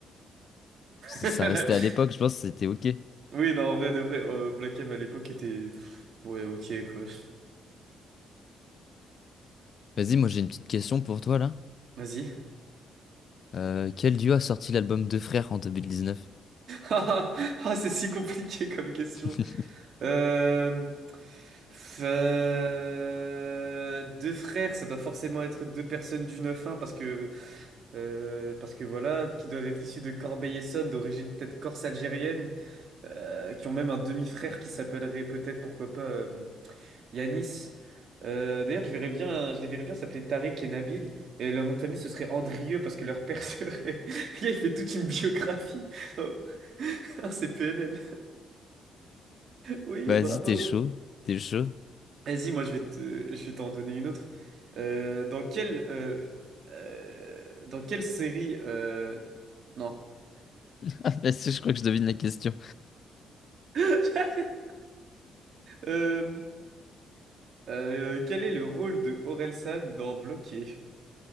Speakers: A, on the left; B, on the right.
A: Ça,
B: <laughs>
A: ça restait à l'époque, je pense que c'était ok.
B: Oui, non, en vrai, de vrai, euh, Black M à l'époque était... pff, Ouais, ok, quoi.
A: Vas-y, moi j'ai une petite question pour toi là.
B: Vas-y. <laughs>
A: Euh, quel duo a sorti l'album Deux Frères en 2019?
B: Ah, ah, ah, c'est si compliqué comme question.
A: <laughs>
B: Euh... F- euh, Deux frères, ça doit forcément être deux personnes du 9-1 parce que Euh, parce que voilà, qui doivent être issus de Corbeil-Essonnes, d'origine peut-être corse algérienne, euh, qui ont même un demi-frère qui s'appellerait peut-être, pourquoi pas, euh, Yanis. Euh, d'ailleurs, je verrais bien, je les verrais bien s'appeler Tariq et Nabil, et leur nom de famille ce serait Andrieux parce que leur père serait. <laughs> Le gars, il fait toute une biographie. Oh, <laughs> c'est PNL. Oui,
A: Vas-y,
B: bravo.
A: t'es chaud. T'es chaud.
B: Vas-y, moi je vais te- je vais t'en donner une autre. Euh, dans quelle, euh, euh, dans quelle série, euh, non.
A: <laughs> Vas-y, je crois que je devine la question.
B: <laughs> Euh, Euh, quel est le rôle de Orelsan dans Bloqué?